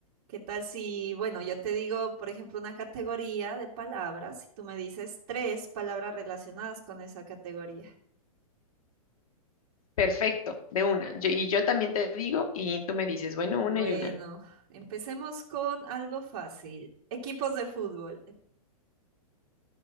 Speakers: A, on the right (about 40°); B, on the left (about 70°).
A: ¿Qué tal si, bueno, yo te digo, por ejemplo, una categoría de palabras y tú me dices tres palabras relacionadas con esa categoría?
B: Perfecto, de una. Yo- y yo también te digo y tú me dices, bueno,
A: Bueno,
B: una y una.
A: empecemos con algo fácil. Equipos de fútbol.